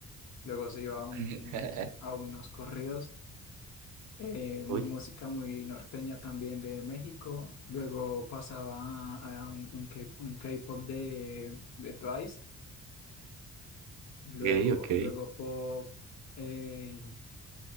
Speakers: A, on the left; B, on the right.
A: luego se iba a, un,
B: <laughs>
A: a unos corridos, eh, mu-
B: Uy,
A: música muy norteña también de México, luego pasaba a, a un, un K- un K-pop de, de Twice y luego,
B: ok, ok.
A: luego pop eh,